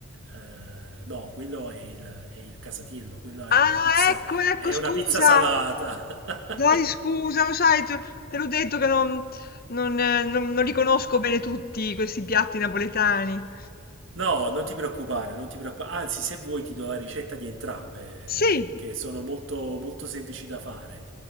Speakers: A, on the right; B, on the left.
A: eh, no, quello è il, è il casatiello, quella
B: Ah,
A: è una pizza...
B: ecco, ecco,
A: È
B: scusa.
A: una pizza salata!
B: Dai,
A: <laughs>
B: scusa, lo sai, te te l'ho detto che non, non, eh, non- non li conosco bene tutti questi piatti napoletani.
A: No, non ti preoccupare, non ti preoccupare. Anzi, se vuoi ti do la ricetta di entrambe, eh,
B: Sì,
A: che sono molto, molto semplici da fare.